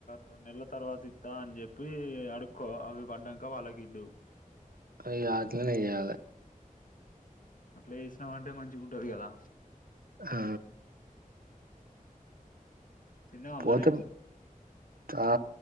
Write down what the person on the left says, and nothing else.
రెండు నెలల తర్వాత ఇస్తా అని చెప్పి అడుకో అవి పడ్డాక వాళ్ళకి ఇద్దు
అట్లా చేేసినా అంటే మంచిగా ఉంటది కదా
తిన్నావా
మరే